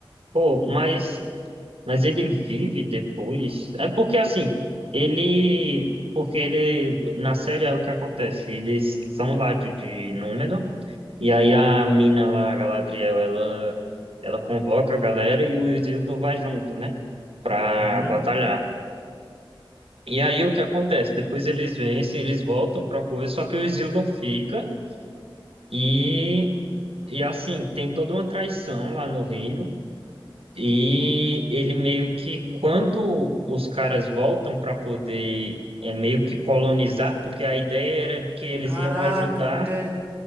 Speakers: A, on the right; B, on the right.
A: pô, mas Mas ele vive depois. É porque assim, ele. Porque ele. Na série é o que acontece. Eles são lá de, de Númenor. E aí a mina lá, a Galadriel, ela, ela convoca a galera e o Isildur vai junto, né? Pra
B: Uhum.
A: batalhar. E aí o que acontece? Depois eles vencem, eles voltam pra coisa, só que o Isildur fica e. E assim, tem toda uma traição lá no reino. E ele meio que, quando os caras voltam para poder é, meio que colonizar, porque a ideia era que eles
B: Caraca,
A: iam ajudar,
B: é,